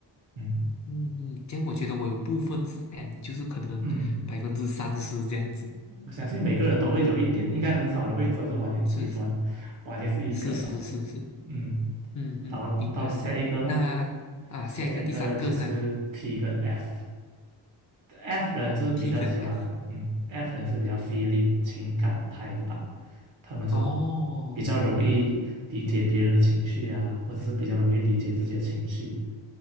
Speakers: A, on the right; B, on the left.
A: 嗯
B: 嗯嗯，这样我觉得我有部分是 N，就是可能百分之三十这样子，
A: 嗯，我相信每个人都会有一点，应该很少人会真的是完全极端，
B: 是是
A: 完全是一个吧，
B: 是是是是。
A: 嗯，
B: 嗯嗯，
A: 然后到下一个咯，
B: 明白明白。那啊，
A: 下一个就是
B: 下一个第三个是吧
A: T 跟 F。F 人是比较喜欢，
B: 哦，T 跟 F。
A: 嗯，F 人是比较 feeling 情感派的吧，他们就
B: 哦
A: 比较容易理解别人的情绪啊，或者是比较容易理解自己的情绪